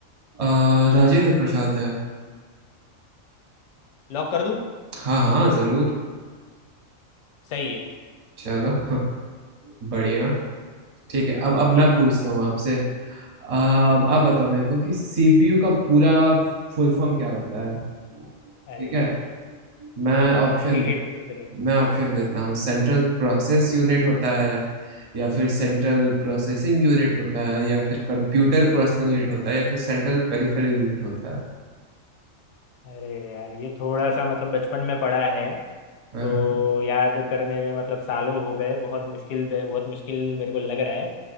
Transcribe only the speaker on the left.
लॉक कर दूं
सही है
ठीक
अरे
यार
ठीक है ठीक है चलो
अरे यार ये थोड़ा सा मतलब बचपन में पढ़ा है
तो
याद करने में मतलब सालों हो गए बहुत मुश्किल बहुत मुश्किल मेरे को लग रहा है